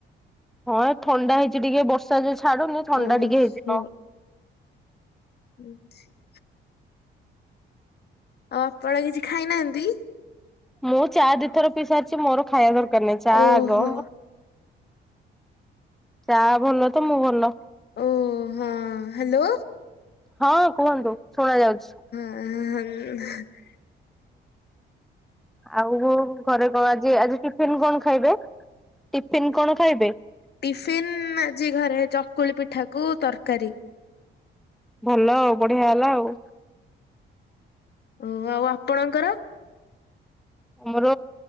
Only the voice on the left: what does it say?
ଓହୋ।
<inaudible> ଆଉ ଆପଣ କିଛି ଖାଇନାହାନ୍ତି?
ଓହୋ।
ଓ ହଁ ହ୍ୟାଲୋ।
<unintelligible>
ଟିଫିିନ ଆଜି ଘରେ ଚକୁଳି ପିଠାକୁ ତରକାରୀ।
ଓ ଆଉ ଆପଣଙ୍କର?